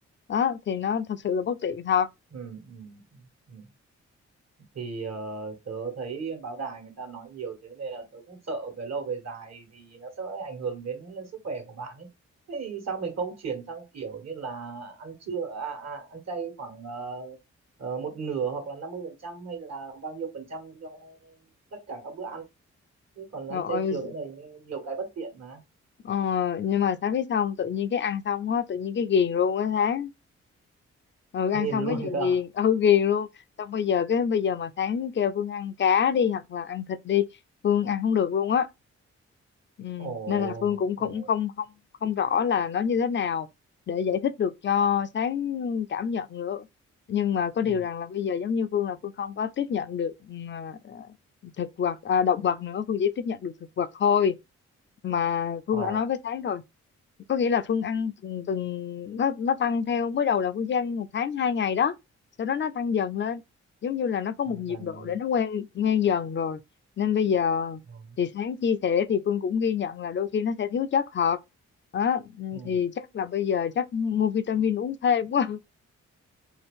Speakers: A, on the left (about 40°); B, on the right (about 60°).
A: đó thì nó thật sự là bất tiện thật
B: ừ ừ ừ. thì ờ, tớ thấy báo đài người ta nói nhiều thế nên là tớ cũng sợ về lâu về dài thì nó sẽ ảnh hưởng đến sức khỏe của bạn ấy thế thì sao mình không chuyển sang kiểu như là ăn trưa à, à, ăn chay khoảng ờ, ờ, một nửa hoặc là 50 phần trăm hay là bao nhiêu phần trăm trong tất cả các bữa ăn chứ còn ăn
A: rồi
B: chay trường cái này nghe nhiều cái bất tiện mà
A: ờ, nhưng mà sáng biết xong tự nhiên cái ăn xong á tự nhiên cái ghiền luôn á sáng ừ ăn
B: nghiền
A: xong
B: <laughs> luôn
A: cái giờ
B: cơ
A: ghiền ừ ghiền luôn xong bây giờ cái bây giờ mà sáng kêu Phương ăn cá đi hoặc là ăn thịt đi Phương ăn không được luôn á ừ.
B: ồ
A: nên là Phương cũng cũng
B: ồ
A: không không không rõ là nó như thế nào để giải thích được cho sáng cảm nhận nữa nhưng mà có
B: ừ.
A: điều rằng là bây giờ giống như Phương là Phương không có tiếp nhận được ừ, à, thực vật à, động vật nữa Phương chỉ tiếp nhận được thực vật thôi mà Phương
B: ồ
A: đã nói với sáng rồi có nghĩa là Phương ăn từng, từng nó nó tăng theo mới đầu là Phương chỉ ăn một tháng hai ngày đó sau đó nó tăng dần lên giống như là nó có một
B: tăng
A: nhịp
B: dần
A: độ
B: lên
A: để nó quen quen dần rồi nên bây giờ
B: ồ
A: thì sáng chia sẻ thì Phương cũng ghi nhận là đôi khi nó sẽ thiếu chất thật đó, ừ,
B: ừ.
A: thì chắc là bây giờ chắc mua vitamin uống thêm quá